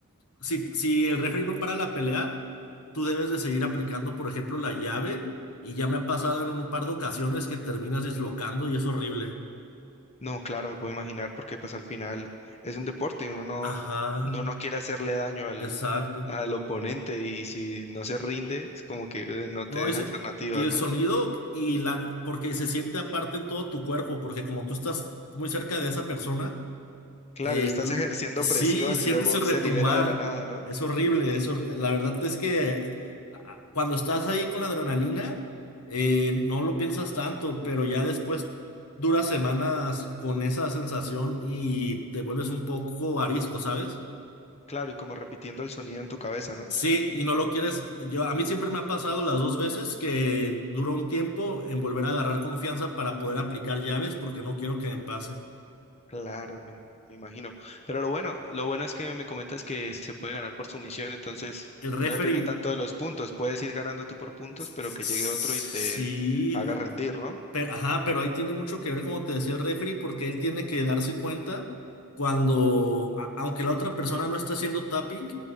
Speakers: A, on the left; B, on the left.
A: si, si el referee no para la pelea, tú debes de seguir aplicando, por ejemplo, la llave, y ya me ha pasado en un par de ocasiones que terminas dislocando y es horrible.
B: No, claro, me puedo imaginar porque pues al final es un deporte y uno no,
A: Ajá,
B: no, no quiere hacerle daño al,
A: exacto.
B: al oponente y si no se rinde, es como que eh, no te
A: No,
B: deja
A: y, se-
B: alternativas,
A: y el
B: ¿no?
A: sonido y la, porque se siente aparte en todo tu cuerpo, porque como tú estás muy cerca de esa persona,
B: Claro,
A: eh,
B: y estás ejerciendo
A: l- sí,
B: presión
A: sientes
B: y luego
A: el retumbar.
B: se libera de la nada, ¿no?
A: Es horrible, es horri- La verdad es que ah, cuando estás ahí con la adrenalina, eh, no lo piensas tanto, pero ya después duras semanas con esa sensación y te vuelves un poco arisco, ¿sabes?
B: Claro, y como repitiendo el sonido en tu cabeza, ¿no?
A: Sí, y no lo quieres. Yo, a mí siempre me ha pasado las dos veces que duró un tiempo en volver a agarrar confianza para poder aplicar llaves porque no quiero que me pase.
B: Claro, me, me imagino. Pero lo bueno, lo bueno es que me comentas que se puede ganar por sumisión, entonces
A: El referee,
B: no depende tanto de los puntos. Puedes ir ganando tú por puntos,
A: sí,
B: pero que llegue otro y te haga rendir, ¿no?
A: pero, ajá, pero ahí tiene mucho que ver, como te decía el referee, porque él tiene que darse cuenta cuando, a- aunque la otra persona no está haciendo tapping,